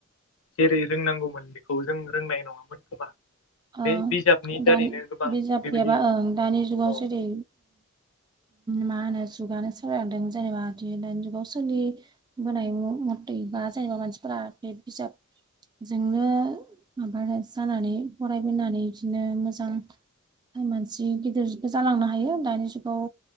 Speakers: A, on the left; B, on the right.
A: जेरै रोंनांगौमोन खौ जों रोंनाय नङामोन खोमा
B: ओ
A: बे बिजाबनि
B: दानि
A: दारैनो गोबां
B: बिजाब
A: बेबायदि
B: गैयाबा ओं दानि जुगाव
A: औ
B: जेरै मा होनो जुगानो सोलायलांदों जेनेबा दि दानि जुगाव सोलि होनाय मथै बा जेनबा मानसिफोरा बे बिजाबजोंनो माबा जानानै फरायबोनानै बिदिनो मोजां मानसि गिदिरखौ जालांनो हायो दानि जुगाव